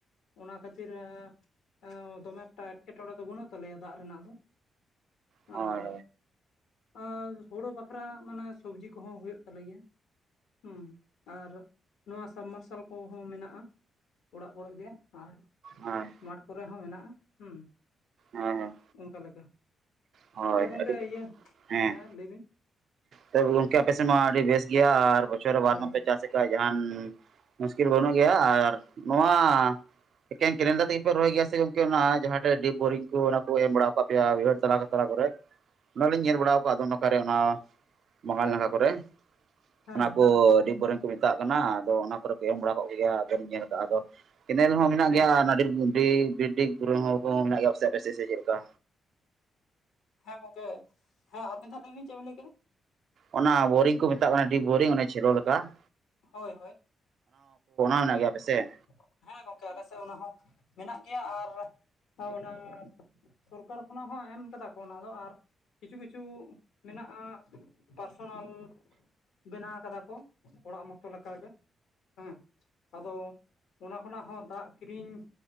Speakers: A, on the left; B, on the right.
A: ᱚᱱᱟ ᱠᱷᱟᱹᱛᱤᱨᱮ ᱮᱸ ᱫᱚᱢᱮ ᱮᱠᱴᱟ ᱮᱴᱠᱮᱴᱚᱲᱮ ᱫᱚ ᱵᱩᱱᱩᱜ ᱛᱟᱞᱮᱭᱟ, ᱫᱟᱜ ᱨᱮᱱᱟᱜ ᱫᱚ᱾
B: ᱦᱳᱭ
A: ᱟᱸᱨ ᱟᱸ ᱦᱳᱲᱳ ᱵᱟᱠᱷᱨᱟ ᱢᱟᱱᱮ ᱥᱚᱵᱽᱡᱤ ᱠᱚᱦᱚᱸ ᱦᱳᱭᱳᱜ ᱛᱟᱞᱮ ᱜᱮᱭᱟ᱾ ᱦᱩᱸ ᱟᱨ ᱱᱚᱣᱟ ᱥᱟᱵᱢᱟᱨᱥᱟᱞ ᱠᱚᱸᱦᱚᱸ ᱢᱮᱱᱟᱜᱼᱟ᱾ ᱚᱲᱟᱜ ᱠᱚᱨᱮᱜ ᱜᱮ ᱟᱨ
B: ᱟᱸᱭ
A: ᱢᱟᱴ ᱠᱚᱨᱮ ᱦᱚᱸ ᱢᱮᱱᱟᱜᱼᱟ ᱦᱩᱸᱻ᱾
B: ᱦᱟᱺ-ᱦᱟᱺ᱾
A: ᱚᱝᱠᱟ ᱞᱮᱠᱟ
B: ᱦᱳᱭ,
A: ᱛᱟᱦᱚᱞᱮ ᱜᱚᱝᱠᱮ
B: ᱟᱰᱤ ᱣᱮᱥ
A: ᱤᱭᱟᱹ
B: ᱦᱮᱸ᱾
A: ᱞᱟᱹᱭ ᱵᱤᱱ
B: ᱛᱚᱵ ᱜᱚᱝᱠᱮ ᱟᱯᱮ ᱥᱮᱱ ᱢᱟ ᱟᱰᱤ ᱵᱮᱥ ᱜᱮᱭᱟ ᱟᱨ ᱵᱚᱪᱷᱚᱨ ᱨᱮ ᱵᱟᱨ
A: ᱦᱳᱭ
B: ᱢᱟᱯᱮ ᱪᱟᱥᱮᱠᱟ ᱡᱟᱦᱟᱱ ᱢᱩᱥᱠᱤᱞ ᱵᱩᱱᱩᱜ ᱜᱮᱭᱟ ᱟᱨ ᱱᱚᱶᱟ ᱮᱠᱮᱝ ᱠᱮᱨᱮᱱ ᱫᱟᱜ ᱛᱮᱜᱮ ᱯᱮ ᱨᱚᱦᱚᱭ ᱜᱮᱭᱟ ᱥᱮ ᱜᱚᱝᱠᱮ ᱚᱱᱟ ᱡᱟᱦᱟᱴᱮᱜ ᱰᱤᱯ ᱵᱳᱨᱤᱝ ᱠᱚ᱾ ᱚᱱᱟ ᱠᱚ ᱮᱢ ᱵᱟᱲᱟᱣ ᱠᱟᱜ ᱯᱮᱭᱟ ᱣᱟᱹᱭᱦᱟᱹᱲ ᱛᱟᱞᱟ ᱠᱟ ᱛᱟᱞᱟ ᱠᱚᱨᱮᱜ ᱚᱱᱟ ᱞᱤᱧ ᱧᱮᱞ ᱵᱟᱲᱟᱣ ᱠᱟᱜ ᱫᱚ, ᱱᱚᱠᱟ ᱨᱮ ᱚᱱᱟ ᱵᱟᱸᱜᱟᱞ ᱱᱟᱠᱷᱟ ᱠᱚᱨᱮ᱾
A: ᱦᱮᱸ
B: ᱚᱱᱟ ᱠᱚ
A: ᱦᱮᱸ
B: ᱰᱤᱯ ᱵᱳᱨᱮᱱ ᱠᱚ ᱢᱮᱛᱟᱜ ᱠᱟᱱᱟ᱾ ᱟᱫᱚ ᱚᱱᱟ ᱠᱚᱨᱮ ᱠᱮ ᱮᱢ ᱵᱟᱲᱟ ᱠᱚᱜ ᱠᱮᱜᱮᱭᱟ ᱟᱫᱚᱞᱤᱧ ᱧᱮᱞ ᱠᱟᱜᱼᱟ, ᱟᱫᱚ ᱠᱮᱱᱮᱞ ᱦᱚᱸ ᱢᱮᱱᱟᱜ
A: ᱦᱮᱸ
B: ᱜᱮᱭᱟ ᱚᱱᱟᱹ ᱰᱤᱰ ᱰᱤᱰᱤᱵ ᱵᱚᱨᱤᱝ ᱦᱚᱸ ᱠᱚᱦᱚᱸ ᱢᱮᱱᱟᱜ ᱜᱮᱭᱟ ᱯᱟᱥᱮ ᱥᱮ ᱪᱮᱫ ᱞᱮᱠᱟ?
A: ᱦᱮᱸ ᱜᱚᱝᱠᱮ ᱦᱮᱸ, ᱟᱨ ᱢᱤᱜᱫᱷᱟᱣ ᱫᱷᱟᱣ ᱞᱟᱹᱭᱵᱤᱱ ᱪᱮᱫ ᱵᱤᱱ ᱞᱟᱹᱭ ᱠᱮᱫᱟ ᱾
B: ᱚᱱᱟ ᱵᱳᱨᱤᱝ ᱠᱚ ᱢᱮᱛᱟᱜ ᱠᱟᱱᱟ, ᱰᱤᱯ ᱵᱳᱨᱤᱝ ᱚᱱᱟ ᱪᱷᱮᱞᱳ ᱞᱮᱠᱟ ᱾
A: ᱦᱳᱭ ᱦᱳᱭ
B: ᱦᱚᱸ ᱢᱮᱱᱟᱜ
A: ᱾
B: ᱜᱮᱭᱟ ᱟᱯᱮ ᱥᱮᱫ
A: ᱦᱮᱸ ᱜᱚᱝᱠᱮ ᱟᱞᱮ ᱥᱮᱫ ᱚᱱᱟ ᱦᱚᱸ ᱢᱮᱱᱟᱜ ᱜᱮᱭᱟ, ᱟᱨ ᱚᱱᱟ ᱥᱚᱨᱠᱟᱨ ᱠᱷᱚᱱᱟᱜ ᱦᱚᱸ ᱮᱢ ᱠᱟᱫᱟ ᱠᱚ ᱚᱱᱟ ᱫᱚ ᱟᱨ ᱠᱤᱪᱷᱩ ᱠᱤᱪᱷᱩ ᱢᱮᱱᱟᱜᱼᱟ ᱯᱟᱨᱥᱳᱱᱟᱞ ᱾ ᱵᱮᱱᱟᱣ ᱠᱟᱫᱟ ᱠᱚ, ᱚᱲᱟᱜ ᱢᱚᱛᱚ ᱞᱮᱠᱟᱜᱮ ᱦᱮᱸ ᱟᱫᱚ, ᱚᱱᱟ ᱠᱷᱚᱱᱟᱜ ᱦᱚᱸ ᱫᱟᱜ ᱠᱤᱨᱤᱧ